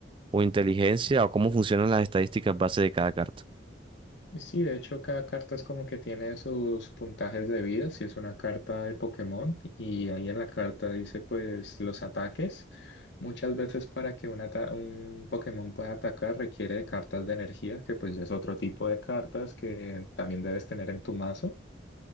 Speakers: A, on the right (about 25°); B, on the left (about 70°).
A: o inteligencia, o cómo funcionan las estadísticas base de cada carta.
B: Sí, de hecho cada carta es como que tiene sus puntajes de vida, si es una carta de Pokémon y ahí en la carta dice pues los ataques. Muchas veces para que un, ata- un Pokémon pueda atacar requiere de cartas de energía, que pues ya es otro tipo de cartas que también debes tener en tu mazo.